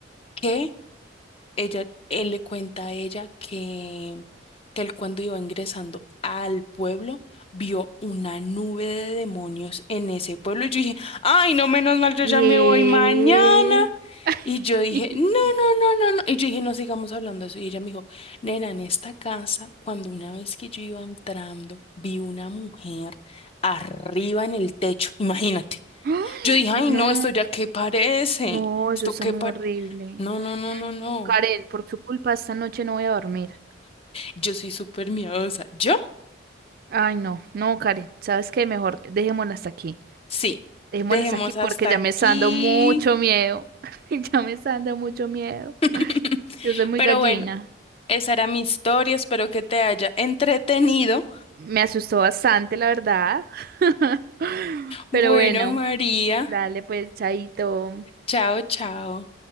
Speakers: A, on the left; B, on the right.
A: que ella, él le cuenta a ella que, que él cuando iba ingresando al pueblo vio una nube de demonios en ese pueblo. Y yo dije, ay, no, menos mal, yo
B: Eh...
A: ya me voy mañana. Y yo dije,
B: <laughs>
A: no, no, no, no, no. Y yo dije, no sigamos hablando de eso. Y ella me dijo, nena, en esta casa, cuando una vez que yo iba entrando, vi una mujer arriba en el techo. Imagínate.
B: ¡Ay!
A: Yo dije, ay,
B: No,
A: no, esto ya qué parece.
B: no, eso
A: Esto
B: está
A: qué
B: muy
A: parece.
B: horrible.
A: No, no, no, no, no.
B: Karen, por tu culpa esta noche no voy a dormir.
A: Yo soy súper miedosa. ¿Yo?
B: Ay, no, no, Karen, ¿sabes qué? Mejor dejémosla hasta aquí.
A: Sí.
B: Dejémosla
A: Dejemos
B: hasta aquí porque
A: hasta
B: ya
A: aquí.
B: me está dando mucho miedo. <laughs> Ya me está dando mucho miedo.
A: <laughs>
B: Yo soy muy
A: Pero
B: gallina.
A: bueno, esa era mi historia. Espero que te haya entretenido.
B: Me asustó bastante, la verdad. <laughs> Pero
A: Bueno,
B: bueno.
A: María,
B: Dale, pues, chaito.
A: chao, chao.